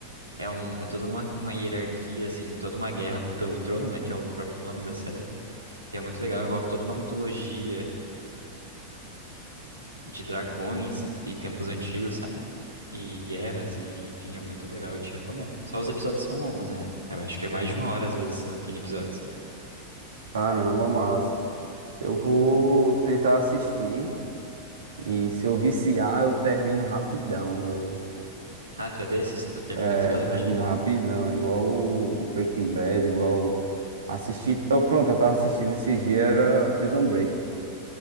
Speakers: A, on the right; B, on the right.
A: É um é toda uma, uma hierarquia assim, toda uma guerra pelo trono, né, que é o próprio nome da série. E é muito legal, envolve toda uma mitologia. de dragões e, e tempos antigos, sabe? E guerras, e enfim, é muito legal, eu te recomendo. Só os episódios são longos, né? Eu acho que é mais de uma hora, às vezes, só tem episódios.
B: Caramba, massa. Eu vou tentar assistir e se eu viciar, eu termino rapidão. Eu
A: Ah, tu é desses? Tu termina
B: É,
A: tudo rapidinho?
B: termino rapidão, igual o Breaking Bad, igual o- assisti, eu, pronto, eu tava assistindo esses dias, era Prison Break.